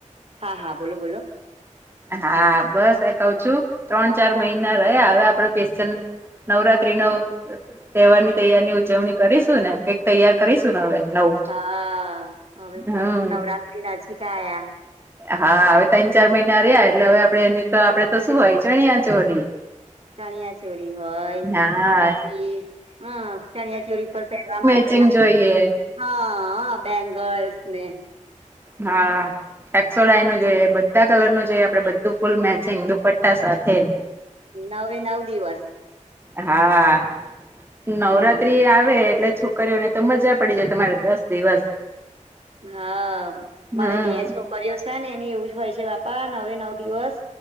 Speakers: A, on the right; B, on the right.
A: હા હા બોલો બોલો.
B: હા બસ આ કઉ છું ત્રણ ચાર મહિના રહ હવે આપડે. નવરાત્રી નો. તહેવારની તૈયારીની ઉજવણી કરીશું ને કઈક તૈયાર કરીશું ને હવે નવું.
A: હા હવે તો
B: હમ
A: નવરાત્રી નાજી ક આયા.
B: હા હવે ત્રણ ચાર મહિના રહ્યા એટલે હવે આપડે એની તો આપડે તો શું હોય ચણિયા ચોરી.
A: ચણિયા ચોરી હોય
B: હા
A: પછી હમ ચણિયા ચોરી પર પેરવા માંગ.
B: ચિંગ જોઈએ.
A: હા બેંગલ્સ ને
B: હા સેક્સોડાાઈ નું જોઈએ બધા કલર નું જોઈએ આપડે બધું ફૂલ મેચિંગ દુપટ્ટા સાથે.
A: નવે નવ દિવસ
B: હા નવરાત્રી
A: હમ
B: આવે એટલે છોક રીઓ ને તો મજા પડી જાય તમારે દસ દિવસ.
A: હા
B: હમ
A: મારે બે છોકરીઓ છે ને એને એવું જ હોય છે બાપા નવે નવ દિવસ.